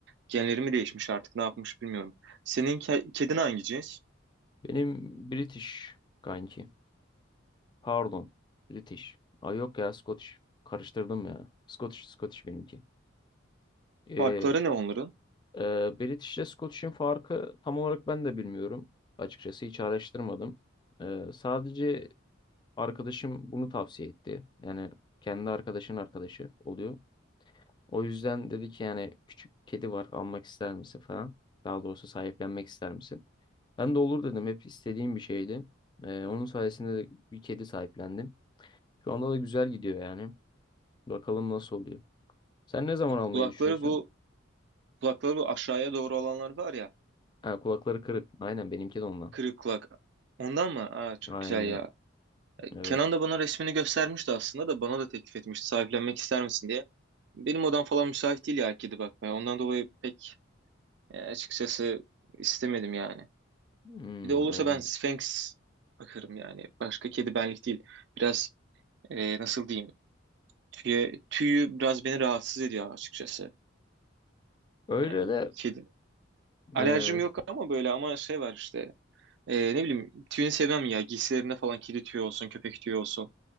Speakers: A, on the right; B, on the left.
A: Genleri mi değişmiş artık ne yapmış bilmiyorum. Senin ke- kedin hangi cins?
B: Benim British kanki. Pardon. British. Ay yok ya Scottish. Karıştırdım ya. Scottish Scottish benimki. Ee,
A: Farkları ne onların?
B: e, British ile Scottish'in farkı tam olarak ben de bilmiyorum. Açıkçası hiç araştırmadım. Ee, sadece arkadaşım bunu tavsiye etti. Yani kendi arkadaşın arkadaşı oluyor. O yüzden dedi ki yani küçük kedi var almak ister misin falan. Daha doğrusu sahiplenmek ister misin? Ben de olur dedim. Hep istediğim bir şeydi. Ee, onun sayesinde de bir kedi sahiplendim. Şu anda da güzel gidiyor yani. Bakalım nasıl oluyor. Sen ne zaman almayı
A: Kulakları
B: düşünüyorsun?
A: bu kulakları bu aşağıya doğru olanlar var ya
B: Ha, kulakları kırık. Aynen benimki de ondan.
A: kırık kulak. Ondan mı? Aa, çok
B: Aynen.
A: güzel ya.
B: Evet.
A: Kenan da bana resmini göstermişti aslında da bana da teklif etmişti sahiplenmek ister misin diye. Benim odam falan müsait değil ya kedi bakmaya. Ondan dolayı pek e, açıkçası istemedim yani.
B: Hmm,
A: Bir de olursa
B: öyle.
A: ben Sphinx bakarım yani. Başka kedi benlik değil. Biraz e, nasıl diyeyim? Tüye, tüyü biraz beni rahatsız ediyor açıkçası.
B: Öyle
A: Yani
B: de
A: kedi. Alerjim
B: e,
A: yok ama böyle ama şey var işte. Ee, ne bileyim tüyünü sevmem ya. Giysilerinde falan kedi tüyü olsun, köpek tüyü olsun.